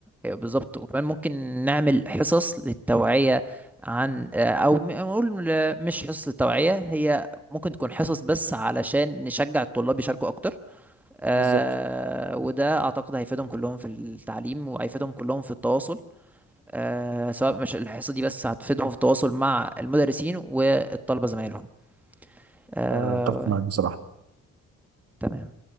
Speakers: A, in the centre; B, on the right.
A: أيوة بالظبط وكمان ممكن نعمل حصص للتوعية عن آه، او م- نقول آه، مش حصص للتوعية هي ممكن تكون حصص بس علشان نشجع الطلاب يشاركوا اكتر آه،
B: بالظبط
A: وده اعتقد هيفيدهم كلهم في التعليم وهيفيدهم كلهم في التواصل آه، سواء مش الحصة دي بس هتفيدهم في التواصل مع المدرسين والطلبة زمايلهم آه،
B: آه، اتفق معاك بصراحة
A: تمام